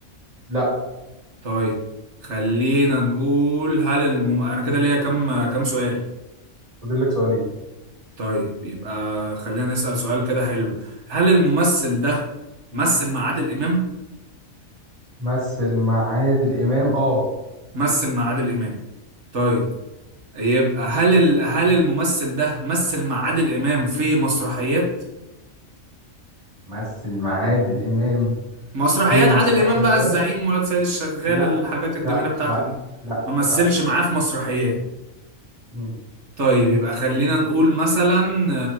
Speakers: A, on the right; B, on the right.
A: لا
B: طيب خلينا نقول هل الم... أنا كده ليا كم كم سؤال
A: فاضل لك سؤالين
B: طيب يبقى خلينا نسأل سؤال كده حلو هل الممثل ده مثل مع عادل إمام؟
A: مثل مع عادل امام اه
B: مثل مع عادل إمام طيب يبقى هل ال... هل الممثل ده مثل مع عادل إمام في مسرحيات؟
A: مثل مع عادل امام
B: مسرحيات
A: في مسرحيات
B: عادل إمام بقى الزعيم ولاد سيد الشغال
A: لا
B: الحاجات الجميلة
A: لا
B: بتاعته
A: لا
B: دي
A: لا
B: ما مثلش
A: لا
B: معاه
A: لا
B: في مسرحيات
A: مم.
B: طيب يبقى خلينا نقول مثلا